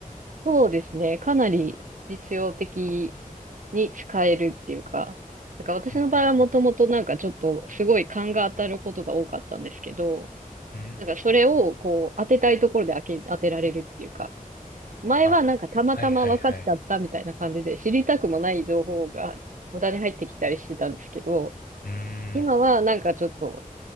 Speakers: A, on the right; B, on the left.
A: そうですね。かなり実用的に使えるっていうか、だから私の場合はもともとなんかちょっとすごい勘が当たることが多かったんですけど、
B: うんうんうん。うん。
A: なんかそれをこう当てたいところで当て、当てられるっていうか、前はなんかたまたま分かっちゃったみたいな感じで知りたくもない情報が無駄に入ってきたりしてたんですけど、
B: あ、はいはいはい。うーん。
A: 今はなんかちょっと
B: なる